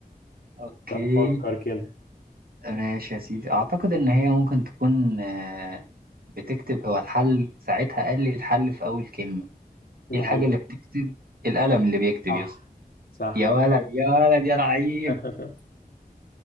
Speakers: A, on the right; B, on the left.
A: اوكي
B: طب فكر كده
A: ماشي يا سيدي اعتقد ان هي ممكن تكون آه، بتكتب هو الحل ساعتها قال لي الحل في اول كلمة
B: <laughs>
A: ايه
B: دي
A: الحاجة
B: حقيقة
A: اللي بتكتب القلم اللي بيكتب
B: صح
A: يا اسطى
B: صح
A: يا ولد يا ولد يا رعيب
B: <laughs>